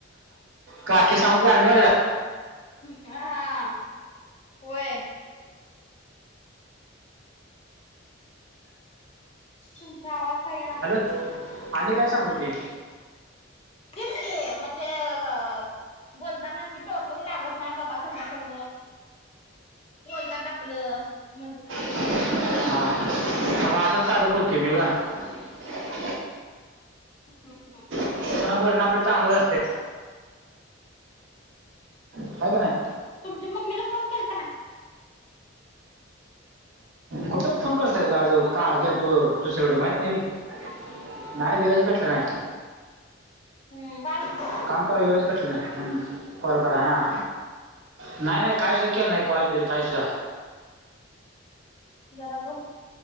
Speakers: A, on the right; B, on the left.
A: काकी सांगत होती आर्मी वालेला?
B: हा, होय. तुमचा आवाज. का येईना?
A: हॅलो, आणि काय सांगू होती.
B: तेच की, म्हणजे व अ बोलताना मी टॉपिक लागत नाही बघा <unintelligible> म त्याने बोलतात आपलं म्हणत होती.
A: हा, अग असशच साधू बोलते मी ग. ह <inaudible>
B: ह ह ह <inaudible>
A: त्यांना बोलणं आपलं चांगलंच असते आहे का नाही.
B: तुमच्या मम्मीला फोन केलत ना.
A: कुठं फोन करताय का आज
B: मम्मीला
A: का
B: फोन
A: गे तू दुसरेकडे माहित नाही होय. नाही वेळच भेटलं नाही.
B: हम्म, बा''--''
A: काम करा येच भेटलं नाही कॉल करा हा, नाही नाही काही सुद्धा केलं नाही क्वालि बिल काय सुद्धा.
B: जरा ग.